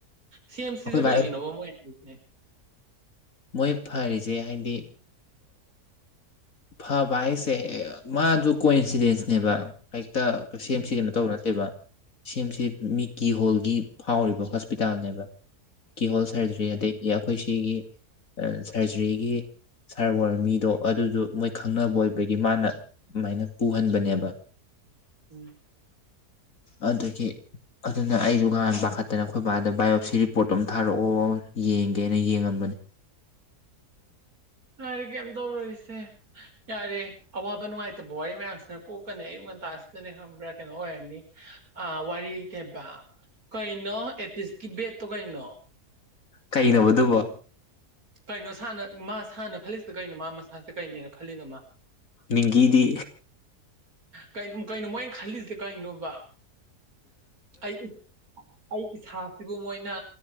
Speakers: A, on the right; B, on the left.
A: ꯁꯤ ꯑꯦꯝ ꯁꯤꯁꯦ ꯀꯩꯒꯤꯅꯣꯕ
B: ꯕꯥ
A: ꯃꯣꯏ ꯍꯥꯏꯅꯦ
B: ꯃꯣꯏ ꯐꯔꯤꯁꯦ ꯍꯥꯏꯗꯤ ꯐꯕ ꯍꯥꯏꯁꯦ ꯃꯥꯗꯨ ꯀꯣꯏ ꯏꯟꯁꯤꯗꯦꯟꯁꯅꯦꯕ ꯍꯦꯛꯇ ꯁꯦꯝ
A: ꯎꯝ
B: ꯁꯤꯒꯅꯣ ꯇꯧꯕ ꯅꯠꯇꯦꯕ ꯁꯦꯝꯁꯦ ꯃꯤꯀꯤ ꯍꯣꯜꯒꯤ ꯐꯥꯎꯔꯤꯕ ꯍꯣꯁꯄꯤꯇꯥꯜꯅꯦꯕ ꯀꯤꯍꯣꯜ ꯁꯔꯖꯔꯤ
A: ꯎꯝ
B: ꯑꯗꯩ ꯑꯩꯈꯣꯏ ꯁꯤꯒꯤ ꯁꯔꯖꯔꯤꯒꯤ ꯁꯥꯔ ꯋꯥꯔ ꯃꯤꯗꯣ ꯑꯗꯨꯗꯣ ꯃꯣꯏ ꯈꯪꯅꯕ ꯑꯣꯏꯕꯒꯤ ꯃꯥꯅ ꯑꯗꯨꯃꯥꯏꯅ ꯄꯨꯍꯟꯕꯅꯦꯕ
A: ꯎꯝ
B: ꯑꯗꯨꯗꯒꯤ ꯑꯗꯨꯅ ꯑꯩꯁꯨ ꯉꯍꯥꯟ ꯄꯥꯈꯠꯇꯅ ꯑꯩꯈꯣꯏ ꯕꯥꯗ ꯕꯥꯏꯑꯣꯞꯁꯤ ꯔꯤꯄꯣꯔꯠꯇꯣ ꯑꯃ ꯊꯥꯔꯛꯑꯣ ꯌꯦꯡꯒꯦꯅ ꯌꯦꯡꯉꯝꯕ <unintelligible>
A: ꯌꯥꯔꯦ ꯀꯩꯝ ꯇꯧꯔꯔꯤꯁꯦ ꯌꯥꯔꯦ ꯑꯋꯥꯕ ꯅꯨꯡꯉꯥꯏꯇꯕ ꯋꯥꯔꯤ ꯃꯌꯥꯝꯁꯤꯅ ꯀꯣꯛꯀꯅꯤ ꯑꯩ ꯑꯁꯇ ꯅ ꯈ꯭ꯔ ꯀꯩꯅꯣ ꯑꯣꯏꯔꯅꯤ ꯑ ꯋꯥꯔꯤ ꯀꯩꯕ ꯀꯩꯅꯣ ꯑꯦꯠꯂꯤꯁꯀꯤ ꯕꯦꯠꯇꯣ ꯀꯩꯅꯣ
B: ꯀꯩꯅꯅꯕꯗꯨꯕ
A: ꯀꯩꯅꯣꯥꯟꯅ ꯃꯥ ꯁꯥꯟꯅ ꯈꯜꯂꯤꯁꯤꯗ ꯀꯩꯅꯣ ꯃꯥ ꯃꯁꯁꯤꯦ ꯀꯅꯦꯅ ꯈꯜꯂꯤꯅꯣ ꯃꯥ
B: ꯅꯤꯡꯒꯤꯤꯗꯤ
A: ꯀ ꯀꯩꯅꯣ ꯃꯣꯏꯅ ꯈꯜꯂꯤꯁꯦ ꯀꯩꯅꯣꯕ ꯑꯩ ꯑꯩ ꯏꯁ ꯁꯤꯕꯨ ꯃꯣꯏꯅ